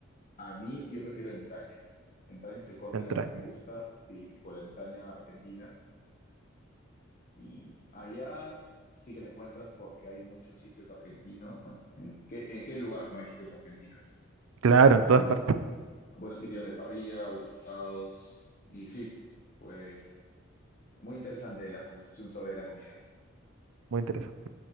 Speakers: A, on the left; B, on the right.
A: A mí, yo prefiero entraña. Entraña es el corte
B: de entraña?
A: que más me gusta, sí, tipo la entraña argentina. Y allá sí que la encuentras porque hay muchos sitios argentinos. Bueno, ¿en qué, en qué lugar no hay sitios argentinos?
B: Claro,
A: Pero
B: en todas
A: sí,
B: partes.
A: buenos sitios de parrilla, buenos asados. Y sí, pues muy interesante la conversación sobre la comida.
B: Muy interesante.